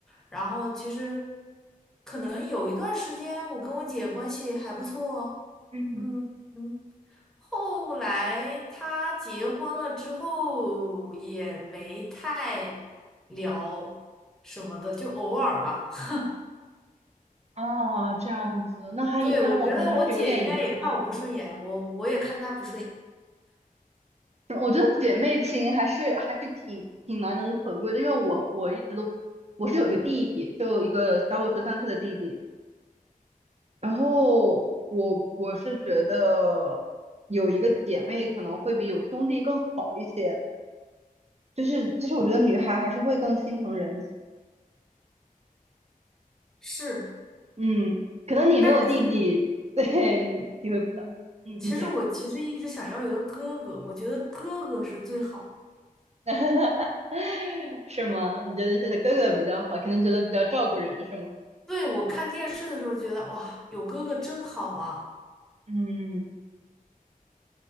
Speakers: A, in the centre; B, on the right.
A: 然后其实可能有一段时间我跟我姐关系还不错哦，
B: 嗯，
A: 嗯嗯。后来他结婚了之后也没太聊什么的，就偶尔吧。<laughs>
B: 哦，这样子，那还也，
A: 对，我觉得我姐应该也看我不顺眼，
B: 那我感觉是有点遗憾。
A: 我我也看她不顺眼。
B: 我觉得姐妹情还是还是挺挺难能可贵的，因为我我一直都我是有一个弟弟，就一个小我十三岁的弟弟，然后我我是觉得有一个姐妹可能会比有兄弟更好一些，就是就是我觉得女孩还是会更心疼人一些。
A: 是，
B: 嗯，可能你没有弟弟，
A: 但是其实，
B: 对你体会不到。
A: 嗯，
B: 嗯，
A: 其实我其实一直想要有个哥哥，
B: 你讲，
A: 我觉得哥哥是最好。
B: <laughs> 是吗？你觉得是他哥哥比较好，可能觉得比较照顾人，是吗？
A: 对，我看电视的时候觉得哇，有哥哥真好啊。
B: 嗯，